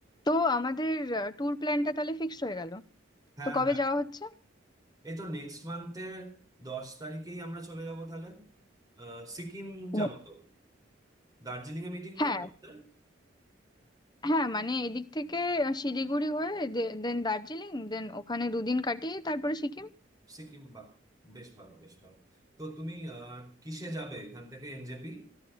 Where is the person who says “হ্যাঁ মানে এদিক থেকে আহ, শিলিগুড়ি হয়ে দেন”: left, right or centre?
Left